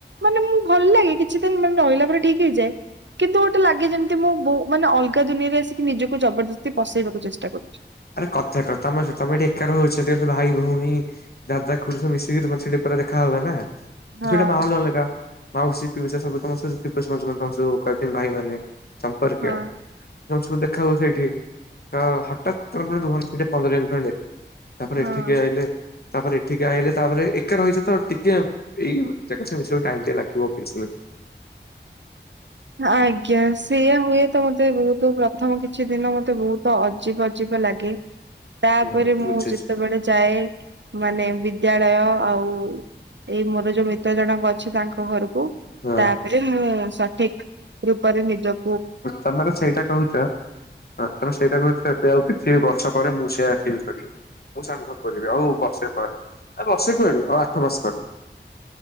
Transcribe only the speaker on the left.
ଆରେ କଥା କଥା ତମେ ତମେ ଏଠି ଏକା ରହୁଚ ଯେହେତୁ ଭାଇ ଭଉଣୀ ଦାଦା ଖୁଡି ମିଶିକି ତେ ସେଠି ପୁରା ଦେଖା ହବ ନା
ସେଇଟା ମାହଲ ଅଲଗା। ମାଉସୀ ପିଉସା ସବୁ ତ ତ ସବୁ ଭାଇ ମାନେ ସମ୍ପର୍କୀୟ।
ତମେ ସବୁ ଦେଖା ହୁଅ ସେଇଠି ତ ହଠାତ୍ ତମେ ପୁଣି ରୁହନି ସେଠି ପନ୍ଦର ଦିନ ଖଣ୍ଡେ ତାପରେ
ଏଠିକି ଆଇଲେ ତାପରେ ଏଠିକି ଆଇଲେ ତାପରେ ଏକା ରହିଚ ତ ଟିକେ ଏଇ <unintelligible> ଟାଇମ୍ ଟେ ଲାଗିବ <unintelligible>
ହୁଁ
ବୁଝୁଛି
ହଁ
ତମେ ତ ସେଇଟା କୋହୁଚ। ହଁ ତମେ ସେଇଟା କହୁଚ ଏବେ ଆଉ କିଛି ବର୍ଷ ପରେ ମୁଁ ସେଆ ଫିଲ୍ କରିବି। ମୁଁ ସାଙ୍ଗ କରିବି ଆଉ ବର୍ଷେ ପରେ ଆ ବର୍ଷେ କୁଆଡୁ ଆଉ ଆଠ ବର୍ଷେ ପରେ।